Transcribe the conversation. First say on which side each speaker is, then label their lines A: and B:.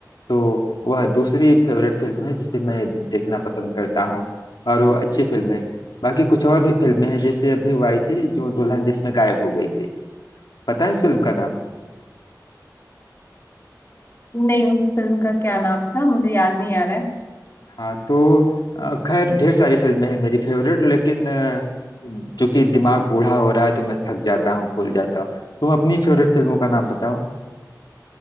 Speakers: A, on the left; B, on the left.
A: तो वह दूसरी फेवरेट फिल्म है जिसे मैं देखना पसंद करता हूँ और वो अच्छी फिल्म है बाकी कुछ और भी फिल्में हैं जैसे अभी वो आई थी जो दुल्हन जिसमें गायब हो गई थी पता है इस फिल्म का नाम
B: नहीं उस फिल्म का क्या नाम था मुझे याद नहीं आ रहा है
A: हाँ तो अ, खैर ढेर सारी फिल्में हैं मेरी फेवरेट लेकिन अ, जो कि दिमाग बूढ़ा हो रहा है तो मैं थक जाता हूँ भूल जाता हूँ तुम अपनी फेवरेट फिल्मों का नाम बताओ